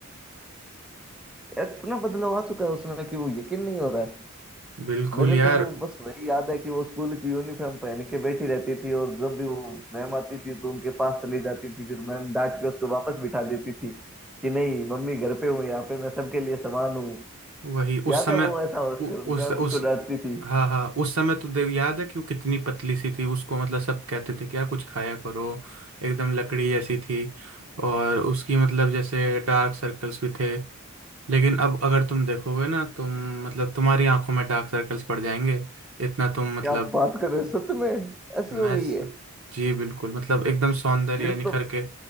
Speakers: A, in the centre; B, on the right (about 70°).
A: इतना बदलाव आ चुका है उसमें कि वो यकीन नहीं हो रहा है
B: बिल्कुल
A: मेरे
B: यार
A: तो वो बस वही याद है कि वो स्कूल की यूनिफॉर्म पहन के बैठी रहती थी और जब भी वो मैम आती थी तो उनके पास चली जाती थी फिर मैम डांट के उसको वापस बिठा देती थी कि नहीं मम्मी घर पे हूँ यहाँ पे मैं सबके लिए समान हूँ
B: वही उस
A: याद
B: समय
A: है वो ऐसा उसको-
B: उ, उस
A: मैम
B: उस
A: उसको डांटती थी
B: हाँ हाँ उस समय तो देव याद है कि वो कितनी पतली सी थी उसको मतलब सब कहते थे कि यार कुछ खाया करो एकदम लकड़ी जैसी थी और उसकी मतलब जैसे डार्क सर्कल्स भी थे लेकिन अब अगर तुम देखोगे ना तुम मतलब तुम्हारी आंखों में डार्क सर्कल्स पड़ जाएंगे इतना तुम मतलब
A: क्या बात कर रहे हो? सच में ऐसी
B: मैं
A: हो गई है
B: जी बिल्कुल मतलब एकदम सौंदर्य
A: फिर
B: निखर
A: तो
B: के